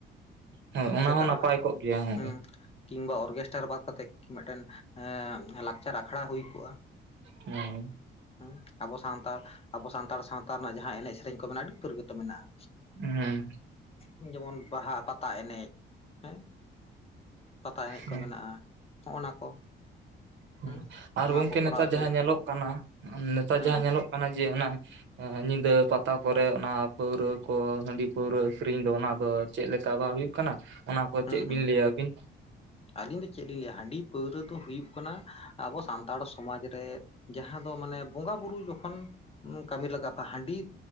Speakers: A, on the right; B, on the left.
A: ᱦᱳᱭ ᱚᱱᱟ
B: ᱥᱮᱛᱟᱜ
A: ᱦᱚᱸ ᱱᱟᱯᱟᱭ
B: ᱵᱮᱲᱟ
A: ᱠᱚᱜ ᱜᱮᱭᱟ ᱦᱚᱸᱜᱼᱚᱭ
B: ᱦᱩᱸ ᱠᱤᱱᱵᱟ ᱚᱨᱜᱮᱥᱴᱟᱨ ᱵᱟᱫ ᱠᱟᱛᱮᱜ ᱢᱤᱫᱴᱮᱱ ᱮᱸ ᱞᱟᱠᱪᱟᱨ ᱟᱠᱷᱲᱟ ᱦᱩᱭ ᱠᱚᱜᱼᱟ
A: ᱦᱮᱸ
B: ᱦᱮᱸ ᱟᱵᱚ ᱥᱟᱱᱛᱟᱲ ᱟᱵᱚ ᱥᱟᱱᱛᱟᱲ ᱥᱟᱶᱛᱟ ᱨᱮᱱᱟᱜ ᱡᱟᱦᱟᱸ ᱮᱱᱮᱡ ᱥᱮᱨᱮᱧ ᱠᱚ ᱢᱮᱱᱟᱜᱼᱟ ᱟᱹᱰᱤ ᱩᱛᱟᱹᱨ ᱜᱚᱛᱚ ᱢᱮᱱᱟᱜᱼᱟ
A: ᱦᱮᱸ
B: ᱮᱸ ᱡᱮᱢᱚᱱ ᱵᱟᱦᱟ ᱯᱟᱛᱟ ᱮᱱᱮᱡ ᱦᱮᱸ ᱯᱟᱛᱟ ᱮᱱᱮᱡ
A: ᱦᱮᱸ
B: ᱠᱚ ᱢᱮᱱᱟᱜᱼᱟ ᱦᱚᱜ ᱱᱟ ᱠᱚ
A: ᱦᱮ
B: ᱦᱮᱸ
A: ᱟᱨ
B: ᱱᱚᱣᱟ
A: ᱜᱚᱝᱠᱮ
B: ᱠᱚ ᱠᱚᱨᱟᱣ
A: ᱱᱮᱛᱟᱨ
B: ᱦᱚᱪᱚ
A: ᱡᱟᱦᱟᱸ
B: ᱞᱮᱠᱷᱟᱱ
A: ᱧᱮᱞᱚᱜ ᱠᱟᱱᱟ ᱱᱮᱛᱟᱨ
B: ᱦᱮᱸ
A: ᱡᱟᱦᱟᱸ ᱧᱮᱞᱚᱜ ᱠᱟᱱᱟ ᱡᱮ ᱚᱱᱟ ᱧᱤᱫᱟᱹ ᱯᱟᱛᱟ ᱠᱚᱨᱮ ᱚᱱᱟ ᱯᱟᱹᱣᱨᱟᱹ ᱠᱚ ᱦᱟᱺᱰᱤ ᱯᱟᱹᱣᱨᱟᱹ ᱟᱹᱠᱨᱤᱧ ᱫᱚ ᱚᱱᱟ ᱫᱚ ᱪᱮᱫ ᱞᱮᱠᱟ ᱵᱟᱝ ᱦᱩᱭᱩᱜ ᱠᱟᱱᱟ ᱠᱟᱱᱟ ᱚᱱᱟ ᱠᱚ
B: ᱦᱮᱸ
A: ᱪᱮᱫ ᱵᱤᱱ
B: ᱦᱮᱸ
A: ᱞᱟᱹᱭᱟ ᱟᱵᱤᱱ
B: ᱟᱹᱞᱤᱧ ᱫᱚ ᱪᱮᱫ ᱞᱤᱧ ᱞᱟᱹᱭᱟ ᱦᱟᱺᱰᱤ ᱯᱟᱹᱣᱨᱟᱹ ᱫᱚ ᱦᱩᱭᱩᱜ ᱠᱟᱱᱟ ᱟᱵᱚ ᱥᱟᱱᱛᱟᱲ ᱥᱚᱢᱟᱡᱽ ᱨᱮ ᱡᱟᱦᱟᱸ ᱫᱚ ᱢᱟᱱᱮ ᱵᱚᱸᱜᱟ ᱵᱩᱨᱩ ᱡᱚᱠᱷᱚᱱ ᱠᱟᱹᱢᱤ ᱞᱟᱜᱟᱜᱼᱟ ᱦᱟᱺᱰᱤ